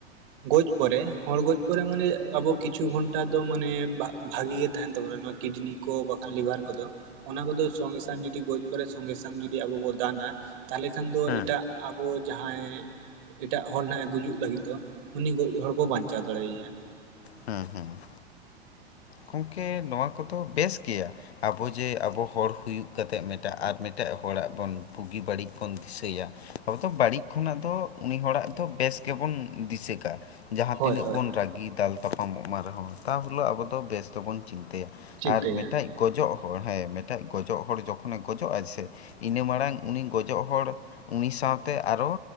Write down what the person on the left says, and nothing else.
ᱦᱩᱸ
ᱦᱩᱸ ᱦᱩᱸ ᱾ ᱜᱚᱝᱠᱮ ᱱᱚᱣᱟ ᱠᱚᱫᱚ ᱵᱮᱥ ᱜᱮᱭᱟ ᱾ ᱟᱵᱚ ᱡᱮ ᱟᱵᱚ ᱦᱚᱲ ᱦᱩᱭᱩᱜ ᱠᱟᱛᱮᱜ ᱢᱤᱴᱟ ᱟᱨ ᱢᱤᱫᱴᱟ ᱦᱚᱲᱟᱜ ᱵᱚᱱ ᱵᱩᱜᱤ ᱵᱟᱹᱲᱤᱡ ᱵᱚᱱ ᱫᱤᱥᱟᱹᱭᱟ ᱾ ᱟᱵᱚ ᱫᱚ ᱵᱟᱹᱲᱤᱡ ᱠᱷᱚᱱᱟᱜ ᱫᱚ ᱩᱱᱤ ᱦᱚᱲᱟᱜ ᱫᱚ ᱵᱮᱥ ᱜᱮᱵᱚᱱ ᱫᱤᱥᱟᱹᱠᱟᱜᱼᱟ ᱾ ᱡᱟᱦᱟᱸ
ᱛᱤᱱᱟᱹᱜ
ᱵᱚᱱ ᱨᱟᱹᱜᱤ ᱫᱟᱞ ᱛᱟᱯᱟᱢᱚᱜ ᱢᱟ ᱨᱮᱦᱚᱸ ᱛᱟ ᱦᱤᱞᱳ ᱟᱵᱚ ᱵᱮᱥ ᱫᱚᱵᱚᱱ ᱪᱤᱱᱛᱟᱹᱭᱟ ᱾
ᱟᱨ ᱢᱤᱫᱴᱮᱡ ᱜᱚᱡᱚᱜ ᱦᱚᱲ ᱦᱮᱸ ᱢᱤᱫᱴᱮᱡ ᱜᱚᱡᱚᱜ ᱦᱚᱲ ᱡᱚᱠᱷᱚᱱᱮ ᱜᱚᱡᱚᱜᱟᱭ ᱥᱮ ᱤᱱᱟᱹ ᱢᱟᱲᱟᱝ ᱩᱱᱤ ᱜᱚᱡᱚᱜ ᱦᱚᱲ ᱩᱱᱤ ᱥᱟᱶᱛᱮ ᱟᱨᱚ